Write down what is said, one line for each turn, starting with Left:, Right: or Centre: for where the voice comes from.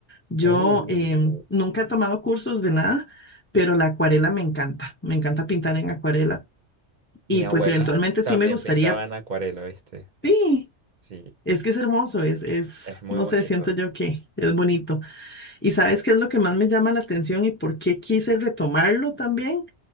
Left: Yo
Right: Uh,
Left: em, nunca he tomado cursos de nada, pero la acuarela me encanta. Me encanta pintar en acuarela. Y
Right: mi abuela
Left: pues eventualmente
Right: también
Left: sí me gustaría.
Right: pintaba en acuarela, ¿viste?
Left: Sí,
Right: Sí,
Left: Es que es hermoso, es, es,
Right: es muy
Left: no
Right: bonito.
Left: sé, siento yo que es bonito. ¿Y sabes qué es lo que más me llama la atención y por qué quise retomarlo también?